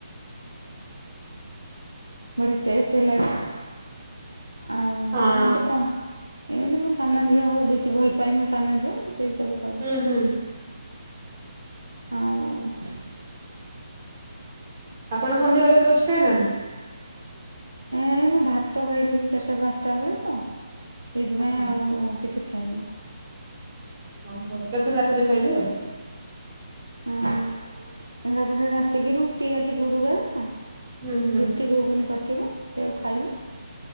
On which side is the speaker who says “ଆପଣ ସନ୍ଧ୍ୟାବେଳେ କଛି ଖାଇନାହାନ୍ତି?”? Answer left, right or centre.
Right